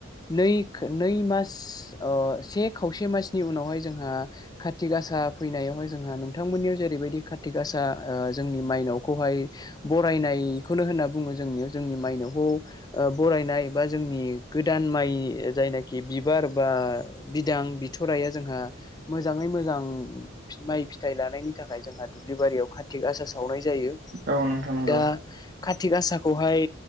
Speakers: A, on the left; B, on the right.
A: नै खो नै मास अ से खावसे मास नि उनावहाय जोंहा खाथि गासा फैनायावहाय जोंहा नोंथांमोननियाव जेरैबायदि खाथि गासा ओ जोंनि मायनावखौहाय बरायनायखौनो होनना बुङो जोंनियाव जोंनि मायनावखौ ओ बर रायनाय बा जोंनि गोदान माइ जायनाखि बिबार बा बिदां बि थराया जोंहा मोजाङै मोजां फि माइ फिथाइ लानायनि थाखाय जोंहा दुब्लिबारियाव खाथि गासा सावनाय जायो
B: औ नोंथां नंगौ
A: दा। कार्तिक आसाखौहाय